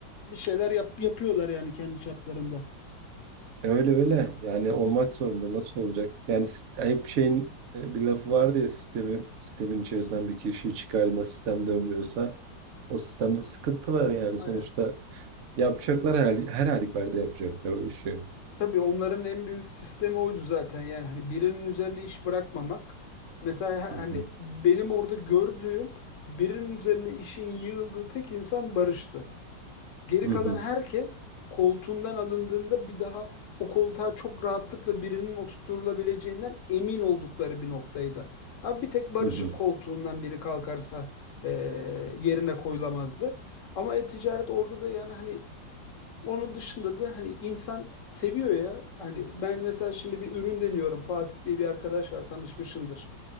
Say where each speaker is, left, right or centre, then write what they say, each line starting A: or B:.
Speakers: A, on the left; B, on the right.
A: bir şeyler yap yapıyorlar yani kendi çaplarında.
B: Öyle öyle. Yani olmak zorunda. Nasıl olacak? Yani sis- ayıp şeyin e, bir lafı vardı ya sistemi, sistemin içerisinden bir kişiyi çıkardığında sistem dönmüyorsa o sistemde sıkıntı var yani
A: Aynen.
B: sonuçta. Yapacaklar her, her halükarda yapacaklar o işi.
A: Tabii onların en büyük sistemi oydu zaten yani hani birinin üzerine iş bırakmamak. Mesela ha-
B: Hı
A: hani
B: hı.
A: benim orada gördüğüm birinin üzerine işin yığıldığı tek insan Barış'tı. Geri
B: Hı
A: kalan
B: hı.
A: herkes koltuğundan alındığında bir daha o koltuğa çok rahatlıkla birinin oturtulabileceğinden emin oldukları bir noktaydı. Abi bir tek Barış'ın
B: Hı hı.
A: koltuğundan biri kalkarsa eee, yerine koyulamazdı. Ama e-ticaret orada da yani hani onun dışında da hani insan seviyor ya. Hani ben mesela şimdi bir ürün deniyorum. Fatih diye bir arkadaş var tanışmışındır.